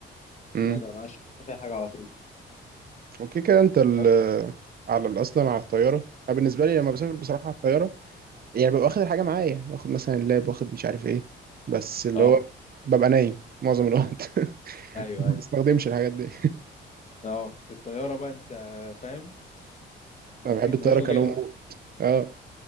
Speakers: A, on the right; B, on the left.
A: امم
B: لا ده انا معايا فيها الحاجه على طول
A: وكده كده انت ال
B: بس
A: على ال- اصلا على الطياره انا بالنسبه لي لما بسافر بصراحه على الطياره يعني ببقى واخد الحاجه معايا باخد مثلا اللاب واخد مش عارف ايه بس اللي
B: اه
A: هو ببقى نايم معظم الوقت <laughs>
B: ايوه
A: ما
B: ايوه
A: بستخدمش الحاجات دي
B: اه في الطياره بقى انت فاهم ما
A: انا بحب
B: في
A: الطياره
B: مفيش تضييع
A: كنوم
B: وقت
A: موت اه